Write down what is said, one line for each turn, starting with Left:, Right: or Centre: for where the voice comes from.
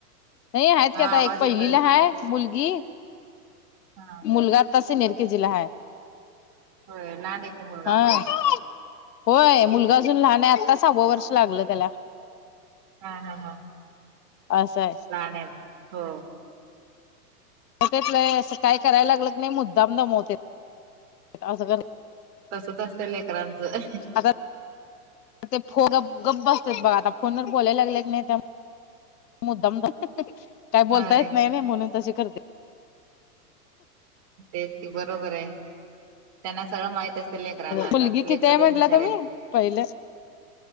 Left: नाही आहेत
Right: हा
Left: का आता
Right: आवाज
Left: एक पहिलीला
Right: येतोय
Left: हाय मुलगी
Right: हा
Left: मुलगा तसे निेरकीे जिला ह आहे
Right: होय लहान येत मुलगा
Left: हा
Right: मगून
Left: होय मुलगा अजून लहान आहे आत्ता सहावा वर्ष लागलं त्याला
Right: हा हा हां
Left: असं आहे
Right: लाण्यात हो
Left: होतय असं काय करायला लागलं नाही मुद्दाम दमवत असं
Right: तसच असत लेकरांचं
Left: आता ते फो ग गप् बसतात बघा आता फोन वर बोलायला लागलेत नाही त्या मुद्दम काय बोलता
Right: होय
Left: येत नाही नाही म्हणून तसे करते
Right: तेची बरोबर आहे त्यांना सगळं माहित असते लेकरांना, आता
Left: मुलगी
Right: ते
Left: किती
Right: लेकरले
Left: आहे म्हटला
Right: हुशारेत.
Left: तुम्ही पहिलं